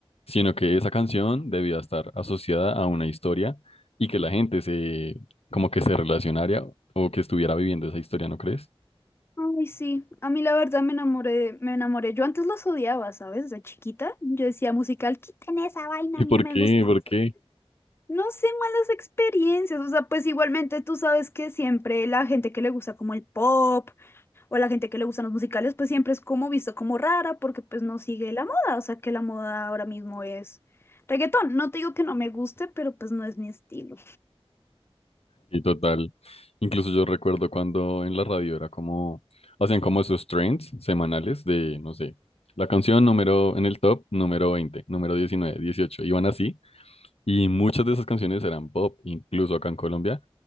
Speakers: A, on the left; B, on the left.
A: sino que esa canción debía estar asociada a una historia y que la gente se, como que se relacionara o que estuviera viviendo esa historia, ¿no crees?
B: Ay, sí, a mí la verdad me enamoré, me enamoré. Yo antes los odiaba, ¿sabes? De chiquita, yo decía musical, quiten esa vaina,
A: ¿Y
B: a mí
A: por
B: no me
A: qué?
B: gusta
A: ¿Por
B: eso.
A: qué?
B: No sé, malas experiencias, o sea, pues igualmente tú sabes que siempre la gente que le gusta como el pop o la gente que le gustan los musicales, pues siempre es como visto como rara porque pues no sigue la moda, o sea que la moda ahora mismo es reggaetón. No te digo que no me guste, pero pues no es mi estilo.
A: Y total, incluso yo recuerdo cuando en la radio era como, hacían como esos trends semanales de, no sé, la canción número, en el top, número 20 número 19 18 iban así, y muchas de esas canciones eran pop, incluso acá en Colombia,